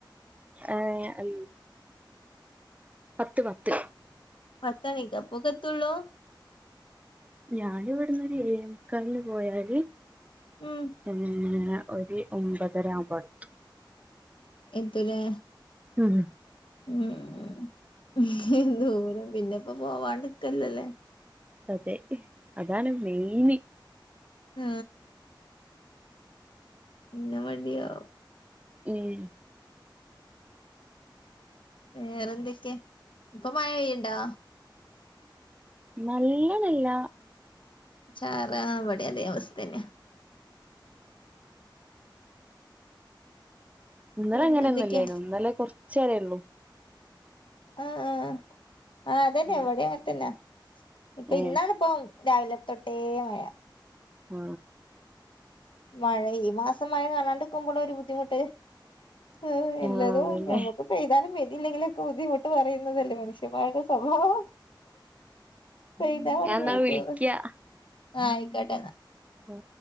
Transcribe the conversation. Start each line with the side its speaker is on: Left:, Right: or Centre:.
Right: ഏ അ പത്ത് പത്ത്
Left: പത്തണിക്കൊ അപൊക്കെത്തുള്ളൂ
Right: ഞാനിവിടുന്ന് ഒരു ഏഴെമുക്കാലിന് പോയാല്
Left: ഉം
Right: ഏ ഒരു ഒമ്പതര ആവുമ്പം അവിടെത്തും
Left: എത്തുലേ
Right: ഉം
Left: ഉം ദൂരം പിന്നെപ്പോ പോവാണ്ട് ക്കല്ലല്ലേ
Right: അതെ അതാണ് മെയിന്
Left: ആ പിന്ന മടിയാവും
Right: ഉം
Left: വേറെന്തൊക്കെ ഇപ്പൊ മഴ പെയ്യ്ണ്ടോ
Right: നല്ലതില്ല
Left: ചാറ വടിം അതേ അവസ്ഥനെയാ
Right: ഇന്നലെ
Left: പിന്നെ
Right: അങ്ങനെയൊന്നുംല്ലേനോ
Left: എന്തൊക്കെയാ
Right: ഇന്നലെ കൊറച്ചേരേ ഉള്ളൂ
Left: ആ ആ ആ അതന്നെ
Right: ഉം
Left: ഇവിടെ അങ്ങനത്തന്നെ ഇപ്പൊ
Right: ഏഹ്
Left: ഇന്നാണ് പോം രാവിലെ തോട്ടേ മഴ
Right: ആ
Left: മഴ ഈ മാസം മഴ കാണാണ്ട്ക്കുമ്പളും ഒരു ബുദ്ധിമുട്ട് ആ എല്ലാതും
Right: ആഹ് അതന്നെ
Left: നമ്മക്ക് പെയ്താലും പെയ് തില്ലെങ്കിലൊക്കെ ബുദ്ധിമുട്ട് പറയുന്നതല്ലേ മനുഷ്യൻ മാരുടെ സ്വഭാവം പെയ്താ ഇവടിം
Right: ഞാൻ എന്നാ
Left: പെയ്തു
Right: വിളിക്കാ
Left: ആ അയ്ക്കോട്ടെന്നാ
Right: ഉം